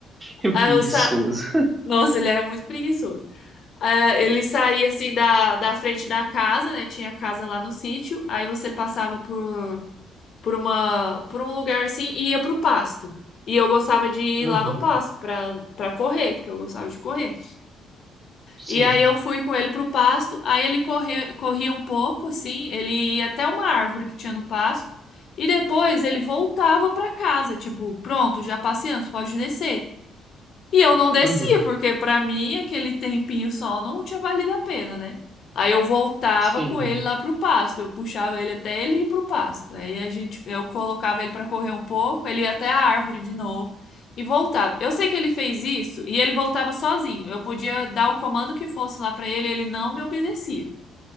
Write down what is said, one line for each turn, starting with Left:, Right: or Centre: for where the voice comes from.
Right: Que preguiçoso.
Left: Aí eu sa... Nossa, ele era muito preguiçoso. Ah, ele saía assim da, da frente da casa, né? Tinha casa lá no sítio. Aí você passava por por uma, por um lugar assim e ia pro pasto. E eu gostava de ir
Right: Uhum.
Left: lá no pasto pra, pra correr, porque eu gostava de correr.
Right: Sim.
Left: E aí eu fui com ele pro pasto, aí ele corre, corria um pouco, assim, ele ia até uma árvore que tinha no pasto, e depois ele voltava pra casa, tipo, pronto, já passeamos, pode descer. E eu não descia,
Right: Uhum.
Left: porque pra mim aquele tempinho só não tinha valido a pena, né? Aí eu voltava
Right: Sim.
Left: com ele lá pro pasto, eu puxava ele até ele ir pro pasto. Aí a gente, eu colocava ele pra correr um pouco, ele ia até a árvore de novo e voltava. Eu sei que ele fez isso e ele voltava sozinho. Eu podia dar o comando que fosse lá pra ele, ele não me obedecia.